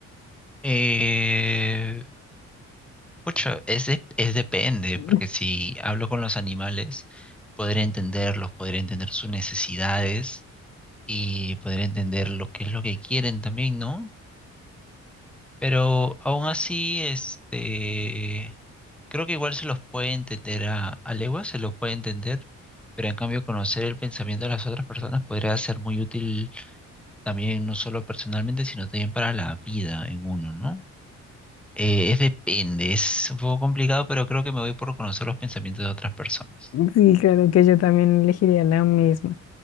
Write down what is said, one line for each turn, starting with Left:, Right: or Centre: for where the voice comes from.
Centre: Eh, pucha, es, de- es depende,
Left: <laughs>
Centre: porque si hablo con los animales, podré entenderlos, podré entender sus necesidades y podré entender lo que es lo que quieren también, ¿no? Pero aún así, este, creo que igual se los puede entender a, a leguas, se los puede entender, pero en cambio conocer el pensamiento de las otras personas podría ser muy útil también, no solo personalmente, sino también para la vida en uno, ¿no? Eh, es depende, es un poco complicado, pero creo que me voy por conocer los pensamientos de otras personas.
Left: Sí, claro que yo también elegiría la misma.